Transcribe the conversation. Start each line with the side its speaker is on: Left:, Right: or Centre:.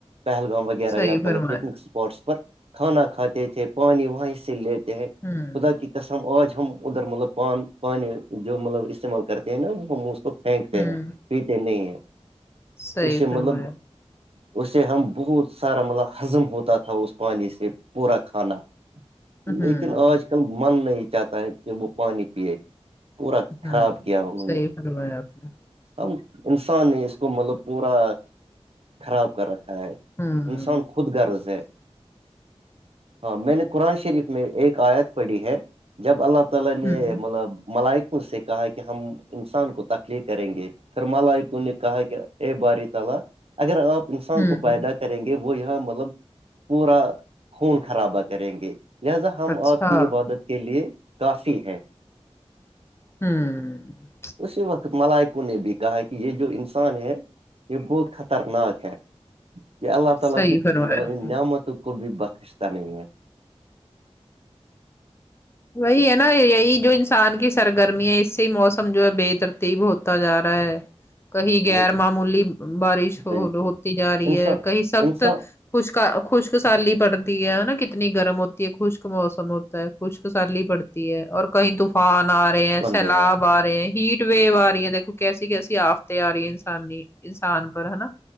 Right: پہلگام ویرہ وغیرہ
Left: صحیح
Right: یا
Left: فرمایا
Right: مطلب پکنک اسپاٹس پر کھانا کھاتے تھے پانی وہیں سے لیتے ہیں
Left: ہوں
Right: خدا <unintelligible> کسم آج ہم ادھر مطلب پان پانی جو مطلب استعمال کرتے ہیں نا وہ ہم پھینکتے
Left: ہوں
Right: ہیں پیتے نہیں ہیں
Left: صحیح
Right: اس سے
Left: فرمایا
Right: مطلب اسے ہم بہت سارا مطلب ہضم ہوتا تھا اس پانی سے پورا کھانا
Left: ہوں
Right: لیکن آج کل من نہیں چاہتا ہے کہ وہ پانی پیے پورا
Left: ہوں
Right: خراب کیا انہوں
Left: صحیح
Right: نے
Left: فما ہے آپ نے
Right: ہم انسان نے اس کو مطلب پورا خراب کر رکھا ہے
Left: ہوں
Right: انسان خود غرض ہے ہاں میں نے قرآن شریف میں ایک آیت پڑھی ہے اللہ تعالی نے
Left: ہوں
Right: مطلب ملائک سے کہا ہے کہ ہم انسان کو تکلیف کریں گے تو ملائکو نے کہا کہ اے باری تعالی اگر اپ انسان
Left: ہوں
Right: کو پیدا کریں گے وہ یہاں مطلب پورا خون خرابا کریں گے لہذا ہم
Left: اچھا
Right: آپ کی عبادت کے لیے کافی ہیں
Left: ہوں
Right: اسی وقت ملائکوں نے بھی کہا کہ یہ جو انسان ہے یہ بہت خطرناک ہے کے اللا تالا
Left: صحیح
Right: کی
Left: فرمایا
Right: مطلب
Left: آپ
Right: نعمتوں کو بھئی بکشتا نہیی ہے
Left: وہی ہے نا یہی جو انسان کی سرگرمی ہے اس سے موسم جو ہے بہترتی ہی بہت تا جا رہا ہے کہیں غیر
Right: بالکل
Left: معمولی بارش ہو
Right: صحیح صحیح
Left: ہوتی جا رہی
Right: انسان
Left: ہے کہیں سخت
Right: انسان
Left: خشک خشک سالی پڑتی ہے نا کتنی گرم ہوتی ہے خشک موسم ہوتا ہے خشک تسری پڑتی ہے اور کہیں طوفان آ رہے ہیں
Right: بن
Left: سیلاب
Right: گیا ہے
Left: آ رہے ہیں ہیٹ ٹ و آ رہی ہیں دیکھو کیسی کیسی آفتے آ رہی ہے انسانی انسان پر ہے نا